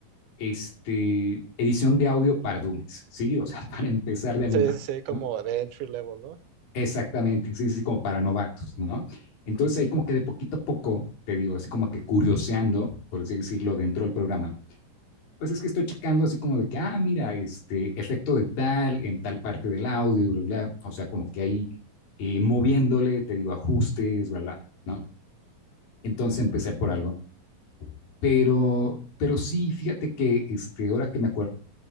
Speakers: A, on the left (about 70°); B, on the right (about 85°).
A: este, edición de audio para dummies, ¿sí? O sea, <laughs> para empezar de algún
B: Sí,
A: lado,
B: sí, como
A: ¿no?
B: de entry level, ¿no?
A: Exactamente, sí, sí, sí, como para novatos, ¿no? Entonces ahí como que de poquito a poco, te digo, así como que curioseando, por así decirlo, dentro del programa, pues es que estoy checando así como de que, ah, mira, este efecto de tal en tal parte del audio, y bla, bla, o sea, como que ahí eh, moviéndole, te digo, ajustes, bla, bla, ¿no? Entonces empecé por algo, pero, pero sí, fíjate que este, ahora que me acuerdo,